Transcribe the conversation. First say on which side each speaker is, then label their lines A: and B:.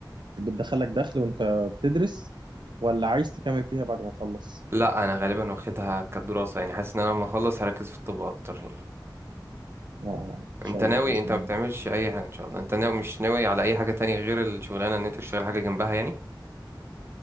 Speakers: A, on the right; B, on the right.
A: بتدخلك دخل وانت بتدرس ولا عايز تكمل فيها بعد ما تخلص
B: لا انا غالبا واخدها كدراسة يعني حاسس ان انا لما اخلص هركز في الطب اكتر يعني
A: اه ان شاء
B: انت ناوي
A: الله باذن
B: انت
A: الله
B: ما بتعملش اي حاجة ان شاء الله انت ناوي مش ناوي على اي حاجة تانية غير الشغلانة ان انت تشتغل حاجة جنبها يعني